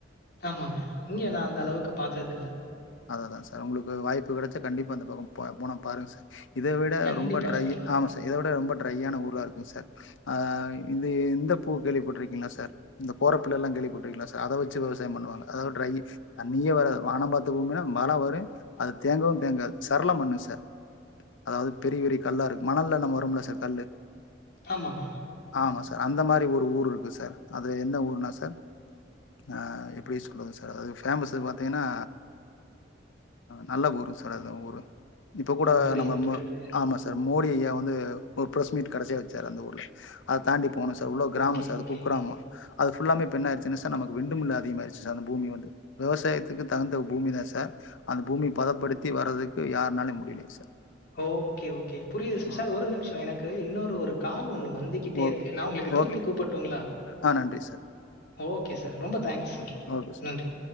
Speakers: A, on the left; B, on the left.
A: ஆமாங்க இங்க நா அந்த அளவுக்கு பாத்தது இல்ல
B: அத தா சார் உங்களுக்கு வாய்ப்பு கெடைச்சா கண்டிப்பா அந்த பக்கோ போ போனா பாருங் சார் இத விட
A: கண்டிப்பா
B: ரொம்ப ட்ரை
A: சார்.
B: ஆம சார் இத விட ரொம்ப ட்ரையான ஊரா இருக்கு சார் அ இது இந்த பூ கேள்விப்பட்ருக்கீங்ளா சார் இந்த கோரப்பில்லெல்லா கேள்விப்பட்ருக்கீங்ளா சார் அத வச்சு விவசாயம் பண்ணுவாங்க அத ட்ரை தண்ணியே வராது வானம் பாத்த பூமினா மழ வரு அது தேங்கவு தேங்காது சரள மண்ணு சார் அதாவது பெரிய பெரிய கல்லா இருக்கு மணல்ல நம்ம வரும்ல சார் கல்லு
A: ஆமாங்க
B: ஆமா சார் அந்த மாரி ஒரு ஊரு இருக்கு சார் அது என்ன ஊருனா சார் அ எப்டி சொல்றது சார் அது ஃபேமஸு பாத்தீங்னா நல்ல ஊருங் சார் அந்த ஊரு இப்ப கூட
A: ஓ! புரியுது,
B: நம்ம
A: புரியுது.
B: ம ஆமா சார் மோடி ஐயா வந்து ஒரு ப்ரெஸ் மீ்ட் கடசியா வச்சாரு அந்த ஊர்ல அத தாண்டி போனு சார் உள்ள க்ராம
A: ஓகே,
B: சார்
A: ஓகே.
B: அது குக்ராம அது ஃபுல்லாமே இப்ப என்னாய்ருச்சுனா சார் நமக்கு விண்டுமில் அதிகமாயிருச்சு சார் அந்த பூமி வந்து வெவசாயத் க்கு தகுந்த பூமிதா சார் அந்த பூமி பதப்படுத்தி வரதுக்கு யாருனாலு முடில சார்
A: ஓகே ஓகே புரிது ச
B: ஓ
A: சார் ஒரு நிமிஷ எனக்கு இன்னொரு ஒரு கால் ஒண்ணு வந்து கிட்டே
B: ஓ-
A: இருக்கு நா உங்களுக்கு திருப்பி
B: ஓ-
A: கூப்புட்டுங்களா
B: ஆ நன்றி சார்
A: ஓகே சார் ரொம்ப தேங்க்ஸ் சார்
B: ஓகே சார்
A: நன்றி